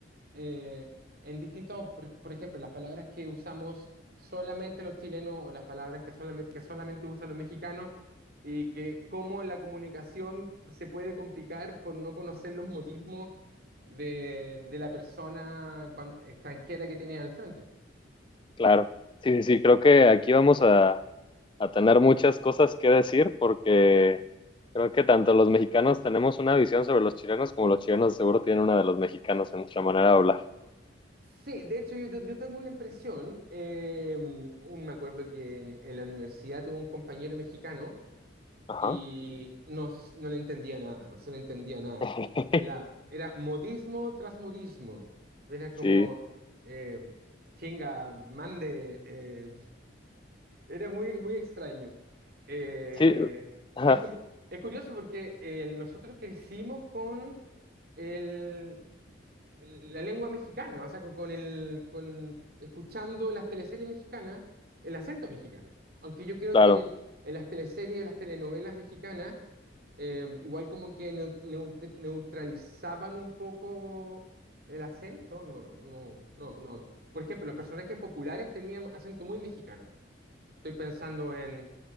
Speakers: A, on the right; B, on the left.
A: eh, en distintos, por, por ejemplo, las palabras que usamos solamente los chilenos o las palabras que solamente, que solamente usan los mexicanos y que cómo la comunicación se puede complicar por no conocer los modismos de, de la persona cuan- extranjera que tiene al frente.
B: claro. Sí, sí, sí. Creo que aquí vamos a, a tener muchas cosas que decir porque creo que tanto los mexicanos tenemos una visión sobre los chilenos como los chilenos seguro tienen una de los mexicanos en nuestra manera de hablar.
A: Sí, de hecho yo, yo tengo una impresión, eh, un, me acuerdo que en, en la universidad tuve un compañero mexicano
B: Ajá.
A: y no, s- no le entendía nada, no se le entendía nada.
B: <laughs>
A: La, era modismo tras modismo. Era como,
B: Sí,
A: eh, chinga, mande. eh, era muy, muy extraño. Eh,
B: sí. Ajá,
A: y es, curi- es curioso porque eh, nosotros crecimos con el- el- la lengua mexicana, o sea, con, con el, con, escuchando las teleseries mexicanas, el acento mexicano. Aunque yo creo
B: claro.
A: que en, el- en las teleseries las telenovelas mexicanas eh, igual como que neu- neut- neutralizaban un poco el acento. No, no, no, no, no. Por ejemplo, los personajes populares tenían acento muy mexicano. Estoy pensando en